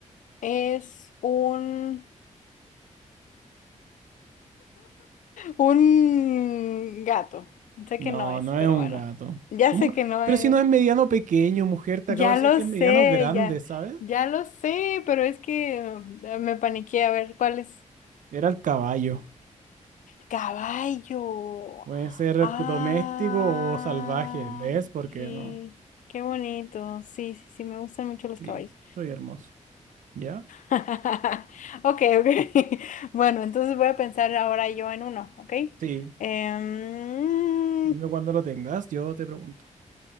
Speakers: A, on the left (about 75°); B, on the right (about 80°).
A: es un, un gato. Sé
B: No,
A: que no es,
B: no
A: pero
B: es un
A: bueno,
B: gato.
A: ya
B: ¿Cómo?
A: sé que no
B: Pero
A: es.
B: si no es mediano pequeño, mujer, te
A: Ya
B: acabo de decir
A: lo
B: que es
A: sé,
B: mediano grande,
A: ya,
B: ¿sabes?
A: ya lo sé, pero es que eh, me paniqué a ver cuál es.
B: Era el caballo.
A: Caballo.
B: Puede ser
A: Ay,
B: doméstico o salvaje, ¿ves? Porque no.
A: qué bonito. Sí, sí, sí, me gustan mucho los
B: Sí,
A: caballos.
B: soy hermoso. ¿Ya? <laughs>
A: <laughs> Ok, ok. <laughs> Bueno, entonces voy a pensar ahora yo en uno, ¿ok?
B: Sí,
A: Em,
B: dime cuando lo tengas, yo te pregunto.